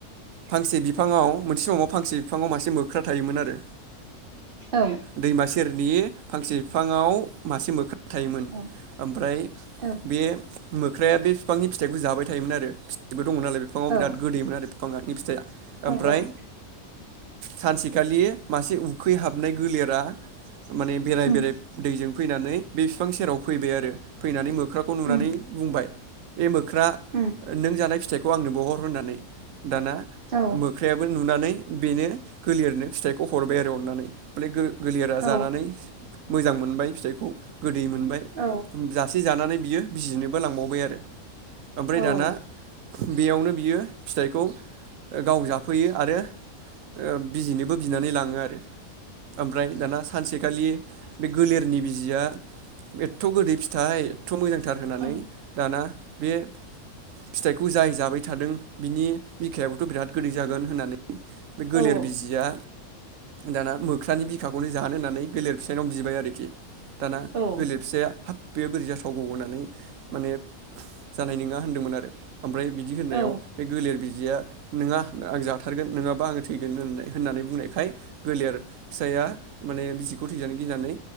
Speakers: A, on the right (about 65°); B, on the right (about 45°).
A: फांसे बि बिफाङाव मोनसे समाव फांसे बिफाङाव मासे मोख्रा थायोमोन आरो
B: औ
A: दैमा सेरनि फांसे बिफाङाव मासे मोख थायोमोन
B: औ
A: ओमफ्राय
B: औ
A: बे मोख्राया बे फिफांनि फिथाइखौ जाबाय थायोमोन आरो <unintelligible> दंमोन नालाय बिफाङाव
B: औ
A: बिराद गोदैमोन आरो <unintelligible> ओमफ्राय
B: औ औ
A: सानसेखालि मासे उखैहाबनाय गोलेरा माने बेराय
B: उम
A: बेराय दैजों फैनानै बे फिफां सेराव फैबाय आरो फैनानै मो ख्राखौ नुनानै
B: उम
A: बुंबाय ए मोख्रा
B: उम
A: नों जानाय फिथ थाइखौ आंनोबो हर होननानै दाना
B: औ
A: मोख्रायाबो नुनानै बेनो गोलेरनो फिथाइखौ हरबाय आरो अननानै <unintelligible> गोलेरा जानानै
B: औ
A: मोजां मोनबाय फिथाइखौ गोदै मोनबाय
B: औ
A: जास जानानै बियो बिजिनोबो लांबावबाय आरो ओमफ्राय
B: औ ओं
A: दाना बेयावनो बियो फिथाइखौ गाव जाफैयो आरो ओ बिजिनोबो बिनानै लाङो आरो ओमफ्राय दाना सानसे खालि बे गोलेरनि बिजिया एदथ'गोदै फिथाइ थ' मोजांथार होननानै
B: औ
A: दाना बे फिथाइखौ जाय जाबाय थादों बिनि बिखायाबोथ' बिराद गोदै जागोन होननानै बे गोलेर
B: औ
A: बिजिया दाना मोख्रानि बिखाखौनो जाहानो होन्नानै गोलेर फिसायनाव बिबाय आरोखि दाना
B: औ
A: गोलेर फिसाया हाब बेयो बोरै जाथावगौ होननानै माने जानाय नोङा होनदोंमोन आरो ओमफ्राय बिदि होननायाव
B: औ
A: बे गोलेर बिज जिया नोङा आं जाथारगोन नोङाबा आं थैगोन होननाय होननानै बुंनायखाय गोलेर फिसाया माने बिजिखौ थैजानो गिनानै